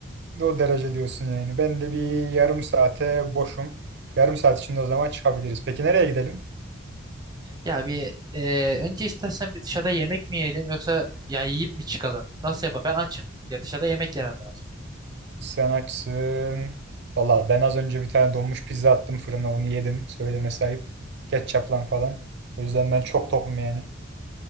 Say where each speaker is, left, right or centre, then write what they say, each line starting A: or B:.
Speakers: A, on the right; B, on the right.
A: O derece diyorsun yani. Ben de bir yarım saate boşum. Yarım saat içinde o zaman çıkabiliriz. Peki nereye gidelim?
B: Ya bir e, önce istersen bir dışarıda yemek mi yiyelim yoksa ya yiyip mi çıkalım nasıl yapalım ben açım ya dışarıda yemek yemem lazım.
A: Sen açsın. Vallahi ben az önce bir tane donmuş pizza attım fırına onu yedim. Söyleme sahip. Ketçaplan falan. O yüzden ben çok tokum yani.